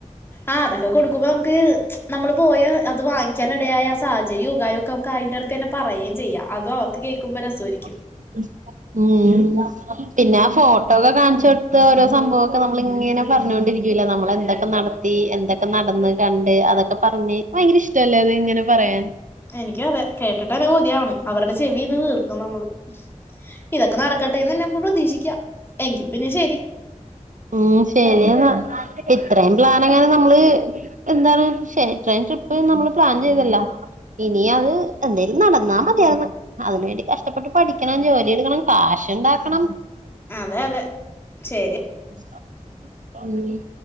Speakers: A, on the left (about 15°); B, on the right (about 70°).
A: ആഹ് അതൊക്കെ കൊടുക്കുമ്പോ നമുക്ക് നമ്മള്. പോയ അത് വാങ്ങിക്കാന ഇടയായ സാഹര്യവും കാര്യവുമൊക്കെ അതിനിടക്ക് നമുക്ക് പറയുകയും ചെയ്യാ അത്‌ അവർക്ക് കേൾക്കുമ്പോൾ രസവാരിക്കും.
B: അ ഉം പിന്നെ ആ ഫോട്ടോ ഒക്കെ കാണിച്ചു കൊടുത്ത ഓരോ സംഭവംക്കെ നമ്മളിങ്ങനെ പറഞ്ഞൊണ്ടിരിക്കൂല. നമ്മൾ എന്തൊക്കെ നടത്തി, എന്തൊക്കെ നടന്ന്, കണ്ട്, അതൊക്കെ പറഞ്ഞേ, ഭയങ്കര ഇഷ്ടല്ലേ? അത് ഇങ്ങനെ പറയാൻ.
A: എനിക്കു അതെ. കേട്ടിട്ടന്നെ കൊതിയാവ്ണ്. അവരുടെ ചെവി യിന്ന് തീർക്കും നമ്മള്. ഇതൊക്കെ നടക്കട്ടെന്നെന്നെ നമ്മക്ക് പ്രതീക്ഷിക്കാം. എങ്കി പിന്നെ, ശെരി.
B: ഉം, ശരിയെന്നാ. ഇത്രയും പ്ലാൻ എങ്ങനെ നമ്മള് എന്താണ് ഷേ ട്രൈൻ ട്രിപ്പ് നമ്മള് പ്ലാൻ ചെയ്തല്ല. ഇനിയത്, എന്തേലും നടന്നാ മതിയായ്ന്നു. അതിനുവേണ്ടി കഷ്ടപ്പെട്ട് പഠിക്കണം, ജോലിയെടുക്കണം, കാശ്ണ്ടാക്കണം.
A: അതെ, അതെ. ശരി
B: <unintelligible> ഉം